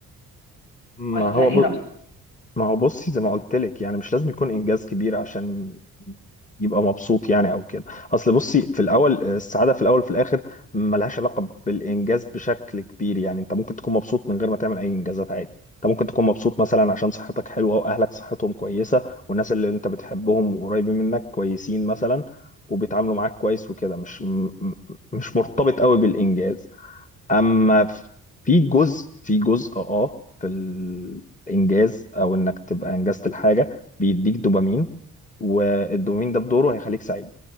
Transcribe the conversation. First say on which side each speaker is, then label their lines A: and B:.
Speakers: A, on the left; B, on the left.
A: ما
B: ولا
A: هو
B: ايه رايك؟
A: ما هو بصي زي ما قلت لك يعني مش لازم يكون انجاز كبير عشان يبقى مبسوط يعني او كده اصل بصي في الاول السعاده في الاول وفي الاخر ملهاش علاقه بالانجاز بشكل كبير يعني انت ممكن تكون مبسوط من غير ما تعمل اي انجازات عادي انت ممكن تكون مبسوط مثلا عشان صحتك حلوه واهلك صحتهم كويسه والناس اللي انت بتحبهم قريبين منك كويسين مثلا وبيتعاملوا معاك كويس وكده مش م- م- مش مرتبط قوي بالانجاز اما في جزء في جزء اه في الانجاز او انك تبقى انجزت الحاجه بيديك دوبامين والدوبامين ده بدوره هيخليك سعيد